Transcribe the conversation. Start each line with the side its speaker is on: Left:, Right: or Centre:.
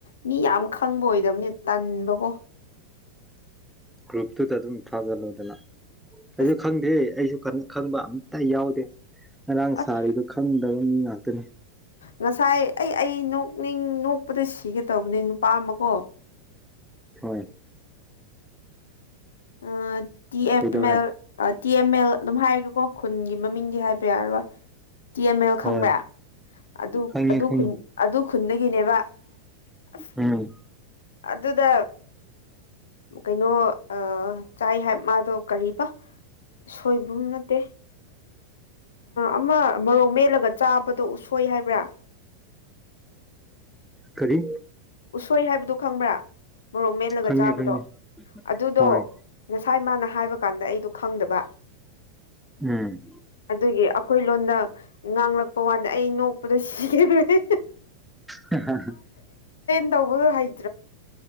Left: ꯃꯤ ꯌꯥꯝ ꯈꯪꯕ ꯑꯣꯏꯗꯕꯅꯦ ꯇꯟꯕꯀꯣ
Centre: ꯒ꯭ꯔꯨꯞꯇꯨꯗ ꯑꯗꯨꯝ ꯊꯥꯖꯜꯂꯣꯗꯅ ꯑꯩꯁꯨ
Left: ꯑꯁ
Centre: ꯈꯪꯗꯦ ꯑꯩꯁꯨ ꯈꯪꯕ ꯑꯝꯇ ꯌꯥꯎꯗꯦ ꯉꯔꯥꯡ
Left: ꯑꯁ
Centre: ꯁꯥꯔꯤꯗꯣ ꯈꯪꯗꯕ ꯃꯤ ꯉꯥꯛꯇꯅꯤ
Left: ꯉꯁꯥꯏ ꯑꯩ ꯑꯩ ꯅꯣꯛꯅꯤꯡ ꯅꯣꯛꯄꯗ ꯁꯤꯒꯦꯇꯧꯕꯅꯦ ꯅꯨꯄꯥ ꯑꯃꯀꯣ
Centre: ꯍꯣꯏ
Left: ꯑꯥ ꯇꯤ ꯑꯦꯝ
Centre: ꯀꯩꯗꯧꯔꯦ
Left: ꯑꯦꯜ ꯇꯤ ꯑꯦꯝ ꯑꯦꯜ ꯑꯗꯨꯝ ꯍꯥꯏꯒꯦꯀꯣ ꯈꯨꯟꯒꯤ ꯃꯃꯤꯡꯗꯤ ꯍꯥꯏꯕ ꯌꯥꯔꯔꯣꯏ ꯇꯤ ꯑꯦꯝ ꯑꯦꯜ
Centre: ꯍꯣꯏ
Left: ꯈꯪꯕ꯭ꯔꯥ ꯑꯗꯨ
Centre: ꯈꯪꯉꯦ ꯈꯪꯉꯦ
Left: ꯑꯗꯨ ꯈꯨꯟꯗꯒꯤꯅꯦꯕ ꯑꯁ
Centre: ꯎꯝ
Left: ꯑꯗꯨꯗ ꯎꯝ ꯀꯩꯅꯣ ꯑ ꯆꯥꯏ ꯍꯥꯏ ꯃꯥꯗꯣ ꯀꯔꯤꯕ ꯁꯣꯏꯕꯨꯝ ꯅꯠꯇꯦ ꯑꯃ ꯃꯔꯣꯛ ꯃꯦꯠꯂꯒ ꯆꯥꯕꯗꯣ ꯎꯁꯣꯏ ꯍꯥꯏꯕ꯭ꯔꯥ <inaudible>
Centre: ꯀꯔꯤ
Left: ꯎꯁꯣꯏ ꯍꯥꯏꯕꯗꯨ ꯈꯪꯕ꯭ꯔꯥ ꯃꯣꯔꯣꯛ ꯃꯦꯠꯂꯒ
Centre: ꯈꯪꯉꯦ
Left: ꯆꯥꯕꯗꯣ
Centre: ꯈꯪꯉꯦ
Left: ꯑꯗꯨꯗꯣ
Centre: ꯍꯣꯏ
Left: ꯉ ꯊꯥꯏ ꯃꯥꯅ ꯍꯥꯏꯕ ꯀꯥꯟꯗ ꯑꯩꯗꯣ ꯈꯪꯗꯕ
Centre: ꯎꯝ
Left: ꯑꯗꯨꯒꯤ ꯑꯩꯈꯣꯏ ꯂꯣꯟꯗ ꯉꯥꯡꯂꯛꯄ ꯋꯥꯗ ꯑꯩ ꯅꯣꯛꯄꯗꯣ ꯁꯤꯒꯦ ꯇꯧꯋꯦ
Centre: ꯍꯥ ꯍꯥ
Left: ꯗꯧꯕꯗꯣ ꯍꯩ